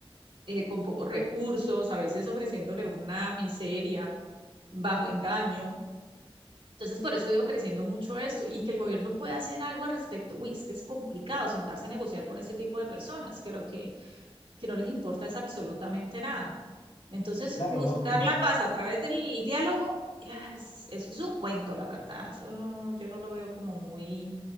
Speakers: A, on the right; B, on the left.
A: eh, con pocos recursos, a veces ofreciéndole una miseria bajo engaño. Entonces, por eso ha ido creciendo mucho esto y que el gobierno pueda hacer algo al respecto. Uy, es que es complicado sentarse a negociar con este tipo de personas. Creo que que no les importa es absolutamente nada. Entonces,
B: Claro,
A: buscar
B: ¿no? Y
A: la paz a través del diálogo, ¡as! eso es un cuento, la verdad. Eso no, yo no lo veo como muy...